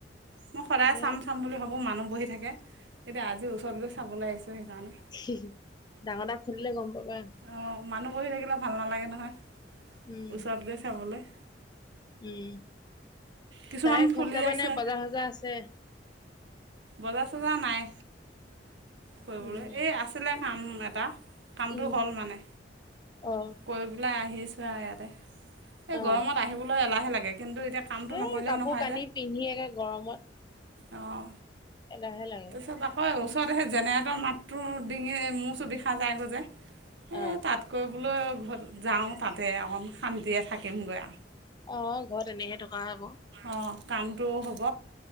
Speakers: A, on the right; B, on the left.
A: মই সদায়
B: সেই
A: চাম চাম বুলি ভাবোঁ মানুহ বহি থাকে। এতিয়া আজি ওচৰত গৈ চাবলৈ আহিছোঁ সেইকাৰণে।
B: হুম ডাঙৰ দাক সুধিলে গম পাবা।
A: অঁ, মানুহ বহি থাকিলে ভাল নালাগে নহয়
B: উম
A: ওচৰত গৈ চাবলৈ।
B: উম,
A: কিছুমান
B: ডাইৰেক্ট
A: ফুলি
B: ঘৰত যাবানে
A: আছে
B: বজাৰ চজাৰ আছে?
A: বজাৰ চজাৰ নাই। কৰিবলৈ
B: উম
A: এই আছিলে কাম এটা। কামটো
B: উম
A: হ'ল মানে
B: অ
A: কৰি পেলাই আহিছোঁ আও ইয়াতে এই
B: অ
A: গৰমত আহিবলৈ এলাহুহে লাগে কিন্তু এতিয়া কামটো
B: এই
A: নকৰিলেও
B: কাপোৰ
A: নহয়
B: কানি পিন্ধি একে গৰমত।
A: অহ।
B: এলাহুহে লাগে।
A: ত আকৌ ওচৰত সেই জেনেৰেটৰ মাতটো ডিঙি মূৰ চো বিষাই যায়গৈ যে সেই
B: অ
A: তাত। কৰিবলৈ ঘৰযাওঁ তাতে অকণ শান্তিয়ে থাকিম গৈ আও।
B: অ ঘৰত এনেহে থকা হয় আকৌ
A: অঁ কামটো হ'ব।